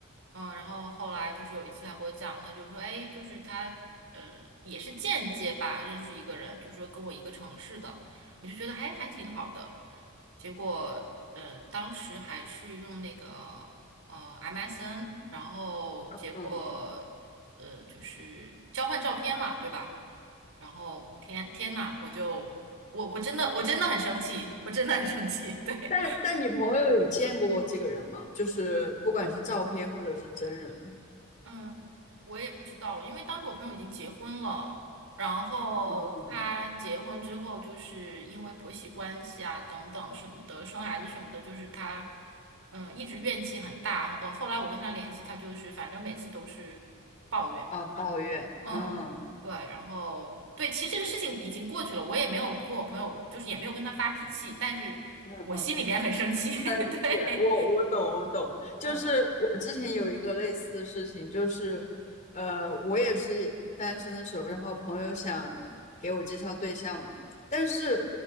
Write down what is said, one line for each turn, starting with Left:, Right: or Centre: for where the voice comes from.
Right: 嗯、然后后来就是有一次他给我讲，他就说，哎，就是他，嗯、也是间接吧认识一个人，就说跟我一个城市的，我就觉得还还挺好的，结果，嗯、当时还是用那个。呃 MSN，然后结果
Left: 嗯，
Right: 呃就是交换照片嘛，对吧？然后天天呐，我就我我真的我真的很生气，我真的很生气。<laughs> 对，
Left: 但但你朋友有见过这个人吗？就是不管是照片或者是真人，
Right: 嗯，我也不知道了，因为当时我朋友已经结婚了，然后他结婚之后，
Left: 嗯，
Right: 就是因为婆媳关系啊等等什么的，生孩子什么的，就是他嗯一直怨气很大。呃，后来我跟他联系，他就是反正每次都是。抱怨。
Left: 啊，抱怨，
Right: 嗯，
Left: 嗯。
Right: 对，然后对，其实这个事情已经过去了，我也没有跟我朋友，就是也没有跟他发脾气，但是我心里面很生气。
Left: 嗯嗯嗯，不能理解，
Right: <laughs> 对，
Left: 我我懂，我懂，就是我之前有一个类似的事情，
Right: 嗯，
Left: 就是，呃，我也是单身的时候，然后朋友想给我介绍对象嘛，但是，